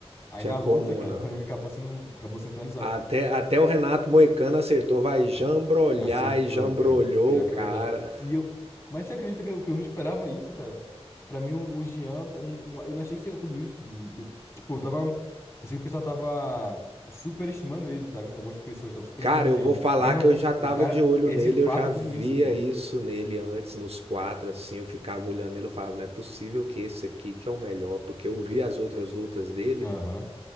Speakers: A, on the left; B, on the right.
A: Aí
B: Tinha
A: na
B: como,
A: luta, cara,
B: não.
A: <laughs> ele acabou sendo, acabou sendo finalizado.
B: Até, até o Renato Moicano acertou, vai jambrolhar
A: Acertou,
B: e jambrolhou
A: cara. Pior
B: o
A: que
B: cara.
A: é verdade. E eu. Mas você acredita que eu, que eu não esperava isso, cara? Pra mim, o, o Jean. tá- n- n- Eu não achei que seria tudo isso. Hum, eu, tipo, eu tava. Pensei que o pessoal tava superestimando ele, sabe? Algumas pessoas estavam superestimando
B: Cara, eu
A: o Jean.
B: vou falar
A: Mas não,
B: que eu já tava
A: o cara
B: de olho
A: é
B: nele,
A: de fato
B: eu já via
A: tudo isso, pô.
B: isso nele antes, nos quatro, assim, eu ficava olhando ele, eu falava, não é possível que esse aqui que é o melhor, porque eu vi as outras lutas dele,
A: Aham.